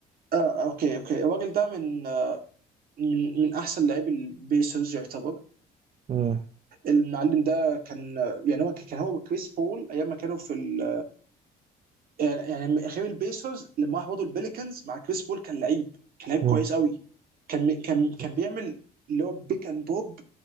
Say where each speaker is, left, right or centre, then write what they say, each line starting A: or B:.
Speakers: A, on the right (about 60°); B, on the right (about 40°).
A: آه آه، اوكي اوكي الراجل ده من من من احسن لاعبي البيسرز يعتبر
B: مم،
A: المعلم ده كان يعني هو كان هو وكريس بول ايام ما كانوا في ال... يعني يعني غير البيسرز لما راح برضه البليكنز مع كريس بول كان لعيب كان لعيب
B: مم.
A: كويس قوي كان كان كان
B: بس
A: بيعمل اللي هو بيك اند بوب